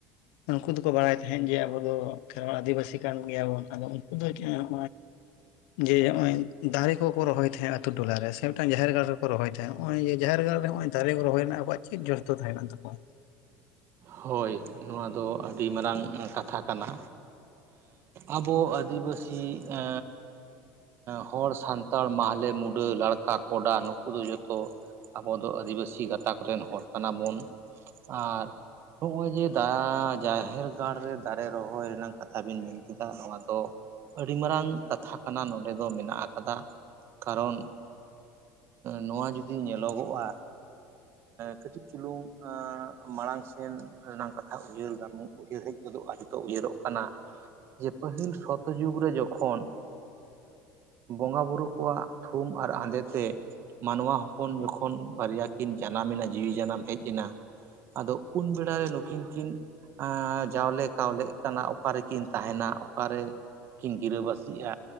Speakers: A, on the left; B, on the right.
A: ᱩᱱᱠᱩ ᱫᱚᱠᱚ ᱵᱟᱲᱟᱭ ᱛᱟᱦᱮᱸᱫ ᱡᱮ, ᱟᱵᱚ ᱫᱚ ᱠᱷᱮᱨᱣᱟ ᱟᱹᱫᱤᱵᱟᱹᱥᱤ ᱠᱟᱱ ᱜᱮᱭᱟᱵᱚᱱ ᱟᱫᱚ᱾ ᱩᱱᱠᱩ ᱫᱚ ᱱᱚᱜ ᱡᱮ ᱱᱚᱜᱼᱚᱭ ᱫᱟᱨᱮ ᱠᱚ ᱠᱚ ᱨᱚᱦᱚᱭ ᱛᱟᱦᱮᱸᱫ ᱟᱹᱛᱩ ᱴᱚᱞᱟ ᱨᱮ ᱥᱮ ᱢᱤᱫᱴᱟᱝ ᱡᱟᱦᱮᱨᱟ ᱜᱟᱹᱲ ᱨᱮᱠᱚ ᱨᱚᱦᱚᱭᱦᱜᱼ ᱛᱟᱦᱮᱫᱼᱟ, ᱡᱟᱦᱮᱨ ᱜᱟᱲ ᱨᱮᱜ ᱚᱭ ᱫᱟᱨᱮ ᱠᱚ ᱨᱚᱦᱚᱭᱱᱟ ᱟᱵᱚᱣᱟᱜ ᱪᱮᱫ ᱡᱚᱥᱛᱚ ᱛᱟᱦᱮᱸ ᱠᱟᱱ ᱛᱟᱠᱚᱣᱟ?
B: ᱦᱳᱭ ᱱᱚᱣᱟ ᱫᱚ ᱟᱹᱰᱤ ᱢᱟᱨᱟᱝ ᱠᱟᱛᱷᱟ ᱠᱟᱱᱟ᱾ ᱟᱵᱚ ᱟᱹᱫᱤᱵᱟᱹᱥᱤ ᱮᱼᱼ ᱦᱚᱲ, ᱥᱟᱱᱛᱟᱲ, ᱢᱟᱦᱞᱮ, ᱢᱩᱰᱟᱹ, ᱞᱟᱲᱠᱟ, ᱠᱚᱰᱟ, ᱱᱩᱠᱩ ᱫᱚ ᱡᱚᱛᱚ᱾ ᱟᱵᱚ ᱫᱚ ᱟᱹᱫᱤᱵᱟᱹᱥᱤ ᱜᱟᱛᱟᱠ ᱨᱮᱱ ᱦᱚᱲ ᱠᱟᱱᱟᱵᱚᱱ, ᱟᱨᱼᱼ ᱱᱚᱜᱼᱚᱭ ᱡᱮ ᱫᱟ ᱡᱟᱦᱮᱨ ᱜᱟᱲ ᱨᱮ ᱫᱟᱨᱮ ᱨᱚᱦᱚᱭ ᱨᱮᱱᱟᱜ ᱠᱟᱛᱷᱟ ᱵᱮᱤᱱ ᱢᱮᱱ ᱠᱮᱫᱟ, ᱱᱚᱣᱟ ᱫᱚ᱾ ᱟᱹᱰᱤ ᱢᱟᱨᱟᱝ ᱠᱟᱛᱷᱟ ᱠᱟᱱᱟ ᱱᱚᱰᱮ ᱫᱚ ᱢᱮᱱᱟᱜ ᱟᱠᱟᱫᱟ, ᱠᱟᱨᱚᱱ ᱱᱚᱣᱟ ᱡᱩᱫᱤ ᱧᱮᱞᱚᱜᱚᱜᱼᱟ᱾ ᱠᱟᱹᱴᱤᱡ ᱪᱩᱞᱩᱝ ᱢᱟᱲᱟᱝ ᱥᱮᱱ ᱮᱱ ᱨᱮᱱᱟᱜ ᱠᱟᱛᱷᱟ ᱩᱭᱦᱟᱹᱨ ᱜᱟᱱ, ᱩᱭᱦᱟᱹᱨ ᱦᱮᱡ ᱜᱚᱫᱚᱜᱼᱟ, ᱱᱤᱛᱚᱜ ᱩᱭᱦᱟᱹᱨᱚᱜ ᱠᱟᱱᱟ᱾ ᱡᱮ ᱯᱟᱹᱦᱤᱞ ᱥᱚᱛ ᱡᱩᱜᱽ ᱨᱮ ᱡᱚᱠᱷᱚᱱ ᱵᱚᱸᱜᱟ ᱵᱩᱨᱩ ᱠᱚᱣᱟᱜ ᱛᱷᱩᱢ ᱟᱨ ᱟᱸᱫᱮᱛᱮ ᱢᱟᱱᱣᱟ ᱦᱚᱯᱚᱱ ᱡᱚᱠᱷᱚᱱ ᱵᱟᱨᱭᱟ ᱠᱤᱱ ᱡᱟᱱᱟᱢ ᱮᱱᱟ, ᱡᱤᱣᱤ ᱡᱟᱱᱟᱢ ᱦᱮᱡ ᱮᱱᱟ ᱟᱫᱚ ᱩᱱ ᱵᱮᱲᱟ ᱨᱮ ᱱᱩᱠᱤᱱ ᱠᱤᱱ ᱡᱟᱣᱞᱮ ᱠᱟᱣᱞᱮᱜ ᱠᱟᱱᱟ, ᱚᱠᱟᱨᱮᱠᱤᱱ ᱛᱟᱦᱮᱱᱟ᱾ ᱚᱠᱟᱨᱮ ᱠᱤᱱ ᱜᱤᱨᱟᱹᱵᱟᱹᱥᱤᱜᱼᱟ᱾